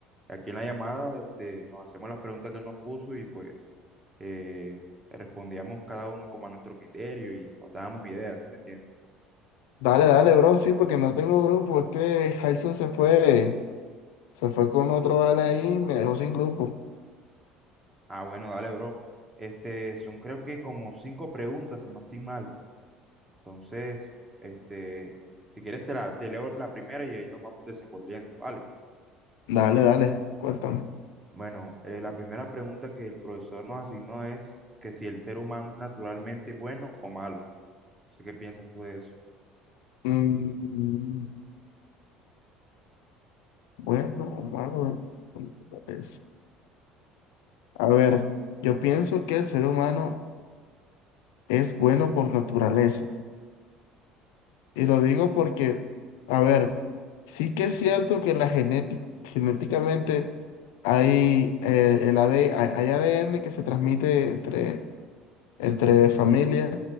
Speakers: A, on the right (about 20°); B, on the left (about 80°).
A: aquí en la llamada este, nos hacíamos las preguntas que él nos puso y pues eh, respondíamos cada uno como a nuestro criterio y nos dábamos ideas, ¿sí me entiendes?
B: Dale, dale, bro, sí, porque no tengo grupo. Este Jason se fue, se fue con otro vale ahí y me dejó sin grupo.
A: Ah, bueno, dale, bro. Este, son creo que como cinco preguntas, si no estoy mal. Entonces, este, si quieres te la, te leo la primera y ahí nos vamos desenvolviendo, ¿vale?
B: Dale, dale, cuéntame.
A: Bueno, eh, la primera pregunta que el profesor nos asignó es que si el ser humano es naturalmente bueno o malo. No sé qué piensas tú de eso.
B: Mm, bueno, Omar, bueno, ¿cómo te parece? A ver, yo pienso que el ser humano es bueno por naturaleza. Y lo digo porque, a ver, sí que es cierto que la genética, genéticamente hay, eh, el AD hay hay ADN que se transmite entre, entre familias,